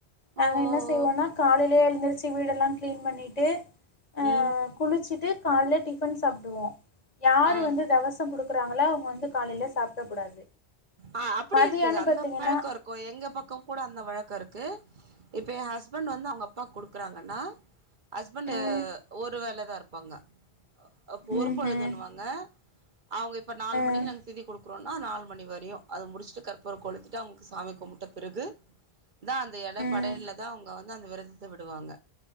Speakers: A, on the left; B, on the right.
A: நாங்க
B: ஓ
A: என்ன
B: ஓ
A: செய்வோனா
B: ஓ
A: காலையிலயே எழுந்திருச்சு வீடெல்லாம் கிளீன் பண்ணிட்டு அ
B: ம்
A: குளிச்சுட்டு கால்ல டிஃபன் சாப்புடுவோ யாரு
B: ஆ
A: வந்து தெவசோ கொடுக் குடுக்குறாங்களா அவுங்க வந்து காலையில சாப்ட கூடாது
B: அ அப்புடி
A: மதியானோ
B: இருக்குது அந்த
A: பாத்தீங்கன்னா
B: பழக்கோ இருக்கு எங்க பக்கம் கூட அந்த வழக்கோ இருக்கு இப்ப ஏ ஹஸ்பண்ட் வந்து அவுங்க அப்பாக் குடுப் குடுக்குறாங்கண்ணா ஹஸ்பண்ட்
A: ம்
B: ஒரு வேலதா இரு பங்க. அ அப்ப ஒரு
A: ம்
B: பொழுதுண்ணுவாங்க.
A: ம்
B: அவுங்க இப்ப நாலு
A: ம்
B: மணிக்கி நாங்க திதி குடுக் குடுக்குறோன்னா நாலு மணி வரையு அத முடிச்சுட்டு கற்பூரம் கொழித்திட்டு அவுங்க சாமி கும்புட்ட பிறகு தா அந்த இல
A: ம்
B: படையலதா அவுங்க வந்து ந்தா வெரதத்த விடுவாங்க.